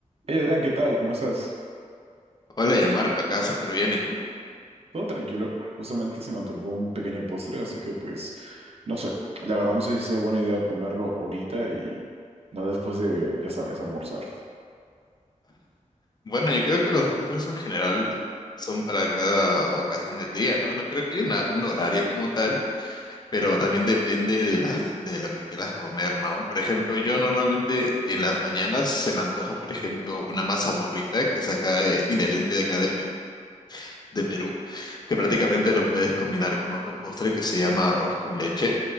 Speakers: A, on the right (about 50°); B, on the left (about 35°).
A: Hey Adrián, ¿qué tal? ¿Cómo estás?
B: Hola, ya Marco, acá súper bien, ¿y tú?
A: Todo tranquilo. Justamente se me antojó un pequeño postre, así que pues no sé. La verdad no sé si sea buena idea comerlo ahorita y no después de, ya sabes, almorzar.
B: Bueno, yo creo que los postres en general son para cada ocasión del día, ¿no? No creo que haya una- un horario como tal, pero también depende de las, de lo que quieras comer, ¿no? Por ejemplo, yo normalmente en las mañanas se me antoja, por ejemplo, una masa morrita que saca eh, inherente de acá de Perú. de Perú, que prácticamente lo puedes combinar con otro postre que se llama arroz con leche.